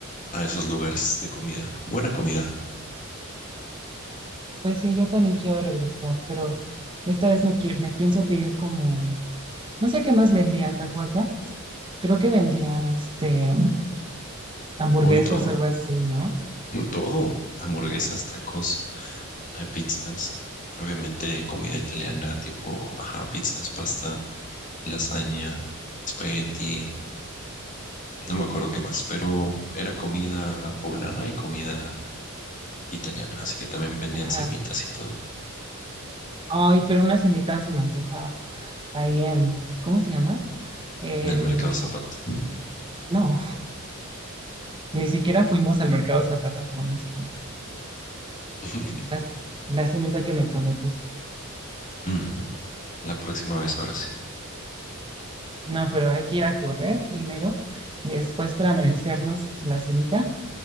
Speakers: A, on the left (about 40°); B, on the right (about 25°).
A: a esos lugares de comida. Buena comida.
B: Pues sí, yo también quiero regresar, pero esta vez me, quie- me pienso pedir como... No sé qué más vendían, ¿te acuerdas? Creo que vendían este hamburguesas
A: Hoy todo.
B: o algo así, ¿no?
A: <laughs> Todo, hamburguesas, tacos, eh, pizzas, obviamente comida italiana, tipo, ajá, pizzas, pasta, lasaña, espagueti, no me acuerdo qué más, pero era comida poblana y comida italiana, así que también vendían
B: Ajá.
A: semitas y todo
B: Ay, pero una semita se me antoja. ahí en, ¿cómo se llama? El,
A: en el mercado Zapato.
B: no, ni siquiera fuimos al mercado Zapata por una semita,
A: <laughs>
B: las- la semita que me prometiste.
A: Mm, La próxima vez, ahora sí.
B: No, pero hay que ir a correr primero y después para merecernos la semita,